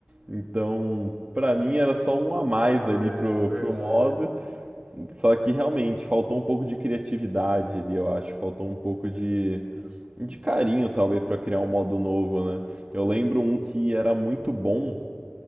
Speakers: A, on the right; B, in the centre.
A: então pra mim era só um a mais
B: Ah,
A: ali pro,
B: é verdade.
A: pro modo. Só que realmente faltou um pouco de criatividade ali, eu acho. Faltou um pouco de, de carinho, talvez, pra criar um modo novo, né? Eu lembro um que era muito bom,